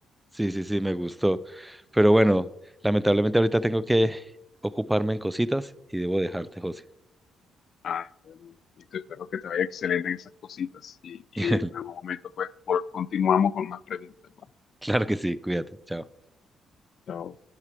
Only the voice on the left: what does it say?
Ah, bueno, y te espero que te vaya excelente en esas cositas. Y, y
en algún momento, pues, vol- continuamos con más preguntas. ¿va?
Chao.